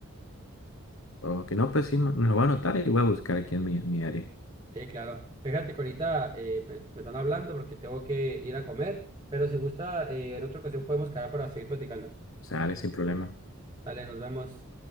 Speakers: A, on the left; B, on the right.
A: O que no, pues sí, me me lo voy a anotar y voy a buscar aquí en mi, en mi área.
B: Sí, claro. Fíjate que ahorita eh, me, me están hablando porque tengo que ir a comer, pero si gusta, eh, en otra ocasión podemos quedar para seguir platicando.
A: Sale sin problema.
B: Dale, nos vemos.